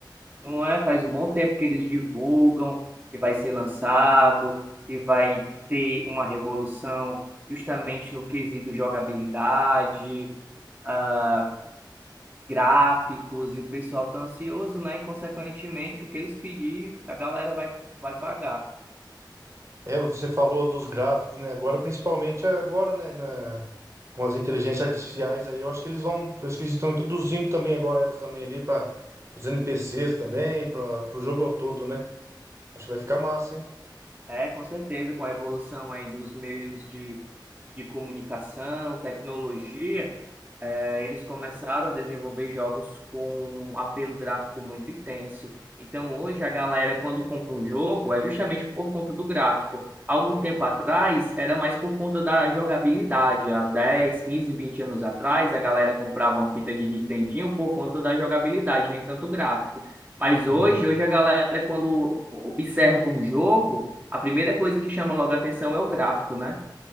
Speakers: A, on the right; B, on the right.
A: Não é? Faz um bom tempo que eles divulgam que vai ser lançado, que vai ter uma revolução justamente no quesito jogabilidade, ah, gráficos, e o pessoal tá ansioso, né? E consequentemente o que eles pedir, a galera vai, vai pagar.
B: É, você falou dos gráficos, né? Agora, principalmente agora, né, na- com as inteligências artificiais aí, eu acho que eles vão, eu acho que eles estão introduzindo também agora elas também ali para os NPCs também, para o jogo ao todo, né? Acho que vai ficar massa, hein?
A: É, com certeza, com a evolução aí dos meios de de comunicação, tecnologia, eh, eles começaram a desenvolver jogos com um apelo gráfico muito intenso. Então, hoje, a galera, quando compra um jogo, é justamente por conta do gráfico. Algum tempo atrás, era mais por conta da jogabilidade. Há 10, 15, 20 anos atrás, a galera comprava uma fita de Nintendinho por conta da jogabilidade, nem tanto gráfico. Mas
B: Sim.
A: hoje, hoje a galera, quando observa um jogo, a primeira coisa que chama logo a atenção é o gráfico, né?